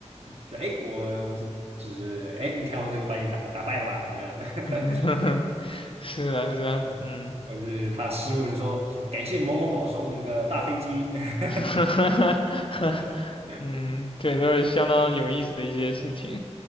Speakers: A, on the right; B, on the left.
A: 就哎，诶我我只只是哎，诶你看我这个把你打打败了吧？怎么样？<laughs>
B: <laughs> 是啊，是啊，
A: 对，
B: 嗯，
A: 或者是他失误就说感谢某某某送的大飞机。<laughs>
B: <laughs>
A: 对
B: 嗯，对，都是相当有意思的一些事情。